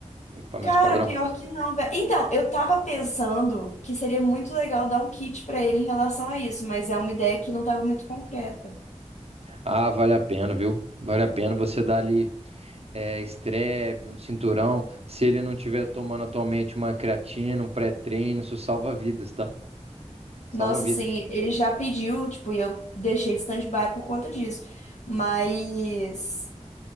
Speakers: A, on the right; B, on the left.
A: equipamentos
B: Cara,
A: padrão.
B: pior que não, velho. Então, eu tava pensando que seria muito legal dar um kit pra ele em relação a isso, mas é uma ideia que não tava muito concreta.
A: Ah, vale a pena, viu? Vale a pena você dar ali é, strep, um cinturão. Se ele não tiver tomando atualmente uma creatina, um pré-treino, isso salva vidas, tá? Salva
B: Nossa,
A: vidas.
B: assim, ele já pediu, tipo, e eu deixei de stand-by por conta disso. Mas